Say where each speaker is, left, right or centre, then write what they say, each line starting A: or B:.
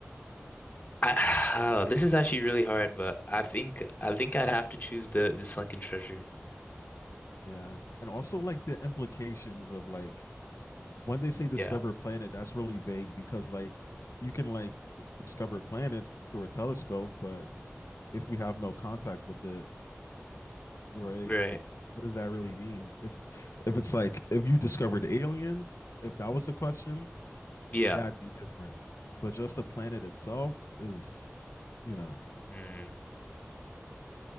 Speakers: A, on the left; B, on the left.
A: I <sighs> this is actually really hard, but I think I think I'd have to choose the the sunken treasure.
B: Yeah. And also like the implications of like when they say discover
A: Yeah.
B: a planet, that's really vague because like you can like discover a planet through a telescope, but if we have no contact with it, right?
A: Right.
B: What does that really mean? If if it's like if you discovered aliens, if that was the question,
A: Yeah.
B: that'd be different. But just the planet itself is, you know,
A: Mm,